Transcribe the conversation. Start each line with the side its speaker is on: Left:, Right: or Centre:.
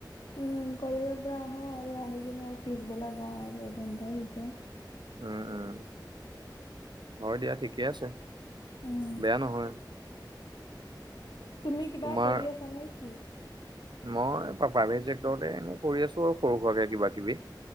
Left: উম', কলেজৰ পৰা আহো আৰু আহি কিনে আৰু পিছবেলা যাওঁ আৰু এঘন্টাই শিকাই',
Right: উম', - উম', হয় দিয়া ঠিকে আছে,
Left: উম
Right: বেয়া ন'হয়',
Left: তুমি কিবা
Right: তোমাৰ
Left: কৰি আছা নে কি?
Right: মই প্ৰাই', -প্ৰাইভেট চেক্টৰতে এনে কৰি আছোঁ আৰু সৰু সুৰাকে কিবা কিবি',